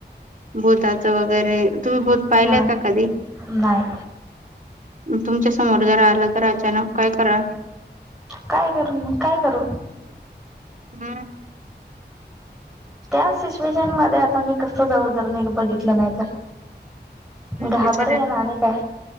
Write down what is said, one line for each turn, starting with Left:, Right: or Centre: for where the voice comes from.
Right: भूताचं वगैरे, तुम्ही भूत
Centre: हम्म
Right: पाहिलंय
Centre: हा
Right: का कधी?
Centre: नाही
Right: तुमच्या समोर जर आलं तर, अचानक काय कराल?
Centre: काय करू मग काय करू?
Right: <unintelligible>
Centre: त्या सिच्युएशन मध्ये आता मी कसं जाऊ? जर मी बघितलं नाही तर. घाबरेनं
Right: ते तर आहे.
Centre: आणि काय.